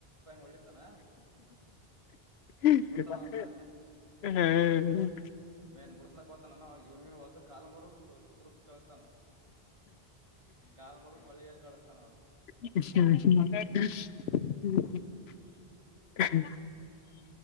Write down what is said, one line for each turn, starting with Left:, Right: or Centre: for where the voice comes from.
Right: ಹೊಡಿತಾನ
Left: <inaudible>
Right: ಬಿಡ್ತಾಳ ಅವ ತಾನೇ
Left: ಹ್ಮ್
Right: ಇನ್ ಬಿಸಸ್ಲಕ್ ಹೊತ ನಾನ ಇವನಗವತ್ತು ಕಾಲ್ ಮರು ತುರ್ಗ್ ಕಳಸ್ತಾನ ಕಾಲ್ ಮರ್ ಕೊಳ್ಳಗ ಕಳಸ್ತಾನ
Left: <unintelligible>